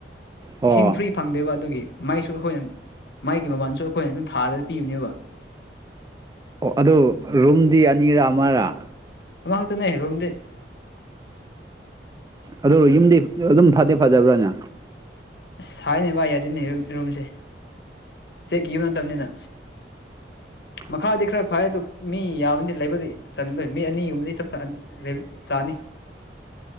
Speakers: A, on the right; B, on the left.
A: ꯑꯣ
B: ꯏꯁꯤꯡ ꯐ꯭ꯔꯤ ꯐꯪꯗꯦꯕ ꯑꯗꯨꯒꯤ ꯃꯥꯏꯁꯨ ꯑꯩꯈꯣꯏꯅ ꯃꯥꯏꯒꯤ ꯃꯃꯜꯁꯨ ꯑꯩꯈꯣꯏꯅ ꯑꯗꯨꯝ ꯊꯥꯗ ꯄꯤꯌꯨꯅꯦꯕ
A: ꯑꯣ ꯑꯗꯨ ꯔꯨꯝꯗꯤ ꯑꯅꯤꯔ ꯑꯃꯔꯥ
B: ꯑꯃꯥꯡ ꯍꯛꯇ ꯅꯦꯔꯣꯝꯗꯦ
A: ꯑꯗꯨ ꯌꯨꯝꯗꯤ ꯑꯗꯨꯝ ꯐꯗꯦ ꯐꯖꯕ꯭ꯔꯥꯅꯦ
B: ꯑꯁ ꯍꯥꯏꯅꯦ ꯕꯥ ꯌꯥꯗꯅꯤ ꯔꯨꯝꯁꯦ ꯆꯦꯛ ꯀꯈꯤꯕ ꯃꯇꯝꯅꯤꯅ
A: ꯎ
B: ꯃꯈꯥꯗꯤ ꯈꯔ ꯐꯩ ꯑꯗꯨ ꯃꯤ ꯌꯥꯝꯃꯗꯤ ꯂꯩꯕꯗꯤ ꯆꯗꯣꯏ ꯃꯤ ꯑꯅꯤꯒꯨꯝꯕꯗꯤ ꯆꯥꯅꯤ